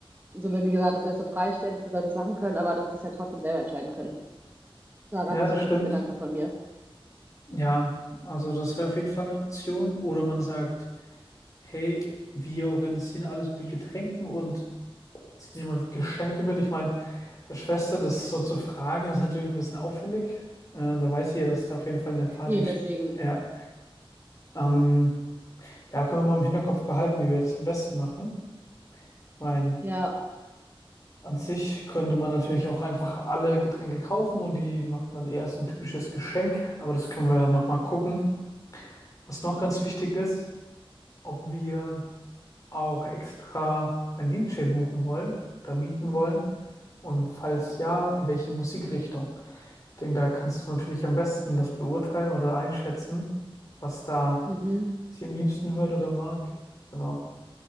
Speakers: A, on the right; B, on the left.
A: So wie gesagt, dass wir das so freistellen, dass die Leute das machen können, aber dass sie es halt trotzdem selber entscheiden können. Das war
B: Ja,
A: gerade noch
B: das
A: so kurz
B: stimmt.
A: ein Gedanke von mir.
B: Ja, also das wäre auf jeden Fall eine Option. Oder man sagt, hey, wir organisieren alles mit den Getränken und sie nehmen einfach Geschenke mit. Ich meine, der Schwester das so zu fragen, ist natürlich ein bisschen auffällig. Äh, da weiß sie ja, dass da auf jeden Fall eine Party.
A: Eben
B: st-
A: deswegen,
B: Ja, ähm, ja, können wir mal im Hinterkopf behalten, wie wir das am besten machen. Ich meine,
A: ja.
B: an sich könnte man natürlich auch einfach alle Getränke kaufen und die machen dann eher so ein typisches Geschenk. Aber das können wir dann nochmal gucken. Was noch ganz wichtig ist, ob wir auch extra einen DJ buchen wollen oder mieten wollen? Und falls ja, welche Musikrichtung? Ich denke, da kannst du natürlich am besten das beurteilen oder einschätzen, was da
A: Mhm.
B: sie am liebsten hört oder mag. Genau.